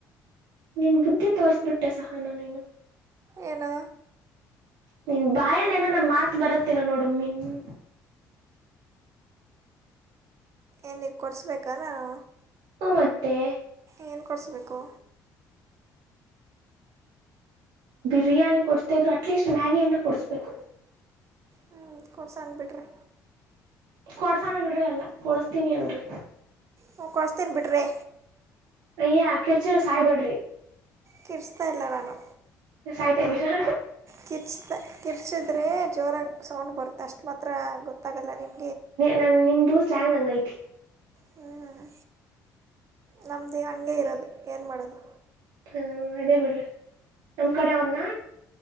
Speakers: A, on the right; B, on the right.
A: ನೀನ್ ಬುದ್ಧಿ ತೋರ್ರಿಸ್ಬಿಟ್ಟೆ ಸಹನಾ ನೀನು
B: ಏನು
A: ನಿನ್ ಬಾಯಲ್ ಏನೋ ನಮ್ಮ ಮಾತ್ ಬರತ್ತೇನ ನೋಡು ಮಿನ
B: ಏನೀಗ ಕೊಡ್ಸ್ಬೇಕಾ ನಾನು
A: ಮತ್ತೆ
B: ಏನ್ ಕೊಡ್ಸ್ಬೇಕು
A: ಬಿರಿಯಾನಿ ಕೊಡಸ್ಡೆ ಇದ್ರು ಅಟ್ಲೀಸ್ಟ್ ಮ್ಯಾಗಿಯನ್ನ ಕೊಡಸ್ಬೇಕು
B: ಹೂ ಕೊಡ್ಸನ್ ಬಿಡ್ರಿ
A: ಕೊಡ್ಸಣ ಬಿಡ್ರಿ ಅಲ್ಲಾ ಕೊಡಸ್ತೀನಿ ಅನ್ನಿ
B: ಹೂ ಕೊಡಿಸ್ತೀನಿ ಬಿಡ್ರಿ
A: ಅಯ್ಯ ಆ ಕಿರ್ಚ ಸಾಯ್ಬೇಡ್ರಿ
B: ಕೀರ್ಚ್ತಾ ಇಲ್ಲ ನಾನು
A: ಏನ್ ಸಾಯ್ತಾ ಇದೀರಾ
B: ಕಿರ್ಚ ಕಿರ್ಚಿದ್ರೆ ಜೋರಾಗಿ ಸೌಂಡ್ ಬರುತ್ತೆ ಅಷ್ಟು ಮಾತ್ರ ಗೊತ್ತಾಗಲ್ಲ ನಿಮಗ
A: ನಾನ್ ನಿಮ್ದು ಸ್ಲ್ಯಾಂಗ್ ಹಂಗ ಐತಿ
B: ಹ್ಮ್ ನಮ್ದು ಹಂಗೆ ಇರೋದು ಏನ್ ಮಾಡೋದು
A: ಹಾ ಅದೇ ಬಿಡ್ರಿ ನಮ್ ಕಡೆ ಅವ್ರನ